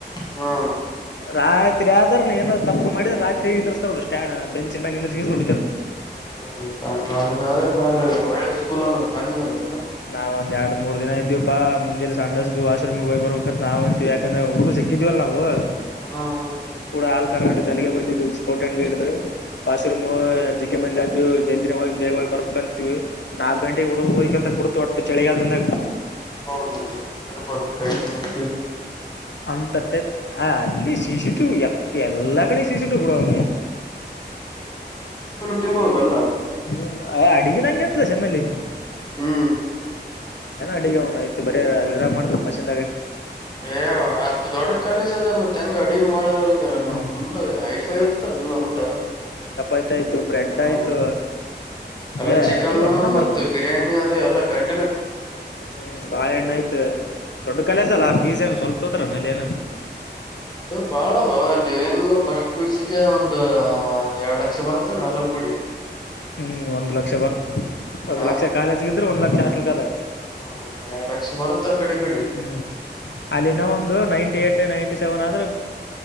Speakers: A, on the left; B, on the left.
A: ಹ್ಮ್
B: ರಾಜಾಯ ಆದದಾರ್ ಏನ ತಪ್ಪ ಮಾಡಿದ ರಾತ್ರಿರತ ಸ್ಟಂಡ್ ಬೆಂಚ ನೋಡರು
A: ಹ್ಮ ಹಂಗಾದ್ರೆ ಬಾರಿ ಒಳ್ಳೆ ಸ್ಕೂಲ್ ಅದ ಕರೆಜ್ ಅದದ
B: ನಾವ್ ಒಂದ ಎರಡ್ ಮೂರ್ ದಿನ ಇದ್ದವಿಪಾ ಮುಂಜೆ ಸಂಡಸಸ್ಗ ವಾಷ್ರೂಮ್ಗೆ ಹೋಗ್ ಬರ್ಬೇಕ ನಾವ್ಂತ ಯಕಂದೆ ಹುಡುಗ ಸ ಗಿದ್ದವಲ್ಲವು
A: ಹಾ ಹಾ
B: ಕೂಡ ಹಾಲ್ ಕರ್ನಾಟಕ ಅಲ್ಲಿಗೆ ಬಂದಿದ್ದ ಸ್ಕೋಟಗೆಡ್ದು ವಾಷ್ರೂಮ್ ಜಿಗ್ಗ ಮಂದಿ ಆ ಜಲ್ದಿನ ಹೋಗಿ ಬೇಗವಾಗಿ ಬರ್ಬೇಕ ಅಂತೀವಿ ನಾಕಕ್ ಗಂಟೆ ಹುಡುಗ ಹೋಗಿಕ ಅಂತ ಕೊಡತು ಒಟ್ಟು ಚಳಿಗಾಲದಿಂದಾಗ
A: ನೋಡ ಮ ಹೆಂಗರ ಮತ್ ಕ ನಿಂತ
B: ಅಂತ ಟೈಮ್ ಆ ಅಲ್ಲಿ ಶಶಿಟು ಎಲ್ಲಾ ಕಡೆ ಶಶುಟು ಬಿೂಡ ಅವನಐತಿ
A: ತಿ ಹಲ್ಲ
B: ಹ್ಮ್ ಅಡಗಿನ ಹಂಗೆ ಇತ್ತ ಸಮ್ಮಲ್ಲಿ
A: ಹ್ಮ್
B: ಏ ಅಡಗ ಅವ್ನು ಐತಿ ಬರೀ ಅರ ಮಾಡ್ತ ಮಷೀನ್
A: ಏ ಹತ್ತು ದೊಡ್ಡ ಕಾಲೇಜ್ ಅದ ಮತ್ತ ಹೆಂಗ ಅಡುಗೆ ಮಾಡಂಗಾರ
B: ಹ್ಮ್
A: ನ ಫುಲ್ ಐಫೈ ಇರ್ತಲ್ಲ ಊಟ ಅಲ್ಲ
B: ಯ್ತ ಆಯ್ತು ಬ್ರೆಡ್
A: ಹಾ
B: ಆಯ್ತು
A: ಮತ್ ಎಲ್ಲ
B: ಏ
A: ಚಿಕನ್
B: ಅಡಿಗೆ ಒಂದ್ ನಂಬರ್
A: ಮ
B: ಬಿಡು
A: ಬಿರಿಯಾನಿ ಅದು ಎಲ್ಲ ಕಂ
B: ಹ್ಮ್ ಬಾಳ ಎಣ್ಣ ಆಯ್ತ ದೊಡ್ಡ ಕಲಸ ಅಲ್ಲ ಈಜ ಏ ಸ್ವಲ್ಪ ತೋತರನ ಅಲ್ಲಿ ಏನ
A: ಬಾಳದು ಅ ಏನಲ್ಲ ಫಸ್ಟ್ ಪ್ಯೂಸಗೆ ಒಂದು ಎರಡ್ಡು ಲಕ್ಷ ಬರ್ತನ ಅಲ್ಲ ಕುಡಿ
B: ಹ್ಮ್ ಒಂದ್ ಲಕ್ಷ ಬರ್ತ ಒಂದ್
A: ಹ
B: ಲಕ್ಷ ಕಾಲೇಜ್ಗ ಇದ್ರೆ ಒಂದ್ ಲಕ್ಷ ಹಸ್ಲ್ ಕದ
A: ಹ ಎರಡ್ ಲಕ್ಷ ಬರುತ್ತ ಆ ಕಡೆ ಈ ಕಡೆ
B: ಹ್ಮ್ ಅಲ್ಲಿನ್ನ ಒಂದು ನೈಂಟಿ ಏಟ್ ನೈಂಟಿ ಸೆವೆನ್ ಆದ್ರ